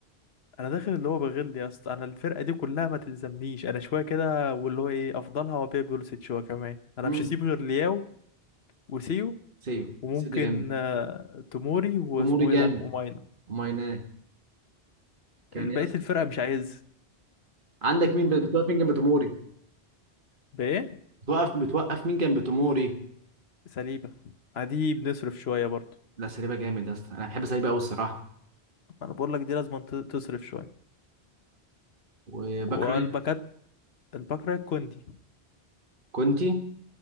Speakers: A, on the left; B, on the right.
A: انا داخل اللي هو بغل يا اسطى انا الفرقه دي كلها ما تلزمنيش انا شويه كده واللي هو ايه افضلها وابيع بوليسيتش شويه كمان انا
B: امم
A: مش هسيب غير لياو وسيو
B: سيو
A: وممكن
B: سيو ده جامد
A: آه، توموري واسمه
B: توموري جامد
A: ايه ده وماينا
B: ومايناه كان
A: بقيه
B: يا اسطى
A: الفرقه مش عايز
B: عندك مين بتوقف مين جنب توموري
A: بايه
B: بتوقف بتوقف مين جنب توموري
A: سليبة عادي بنصرف شوية برضو
B: لا سليبه جامد يا اسطى انا بحب سليبه قوي الصراحه
A: أنا بقول لك دي لازم ت- تصرف شوية
B: وباك
A: والباكات
B: رايت
A: الباك رايت كوندي
B: كونتي